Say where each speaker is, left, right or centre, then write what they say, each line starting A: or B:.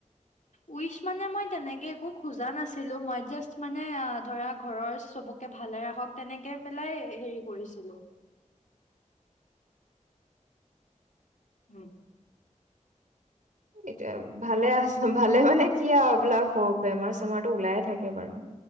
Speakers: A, on the left; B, on the right.
A: উইচ মানে মই তেনেকে একো খোজা নাছিলো মই জাচত মানে ধৰা ঘৰৰ চবকে ভালে ৰাখক তেনেকে পেলাই হেৰি কৰিছিলো উম
B: এতিয়া ভালে আছে ভালে মানে কি আৱ এইবিলাক স বেমাৰ চেমাৰ টো ওলাই থাকে বাৰু